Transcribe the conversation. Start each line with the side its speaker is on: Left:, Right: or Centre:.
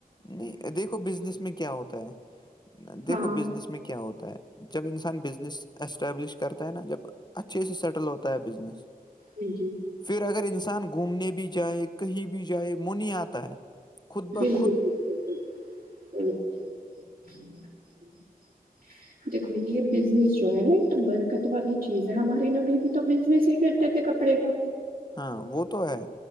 Left: نہیں دیکھو بزنس میں کیا ہوتا ہے دیکھو
Right: ہاں
Left: بزنس میں کیا ہوتا ہے جب انسان بزنس اسٹیبلش کرتا ہے نا جب اچھے سے سیٹل ہوتا ہے بزنس
Right: جی جی
Left: پھر اگر انسان گھومنے بھی جائے کہیں بھی جائے من نہیں آتا ہے خود بخت
Right: ج ج ج دیکھو یہ بزنس جو ہے نا ایک تو برکت والی چیز ہے ہمارے ن ابھی بھی تو بزنس ہی تے تھ کپڑے کا
Left: ہاں وہ تو ہے